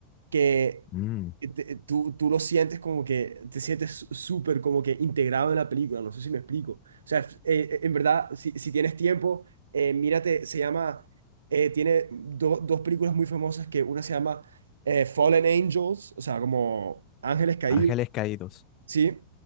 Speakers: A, on the right; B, on the left.
A: que
B: Mm,
A: eh, te- eh, tú, tú lo sientes como que te sientes su- súper como que integrado en la película, no sé si me explico. O sea, eh, eh, en verdad, si, si tienes tiempo, eh, mírate, se llama eh, tiene do- dos películas muy famosas que una se llama eh, Fallen Angels, o sea, como Ángeles Caídos,
B: Ángeles Caídos.
A: ¿sí?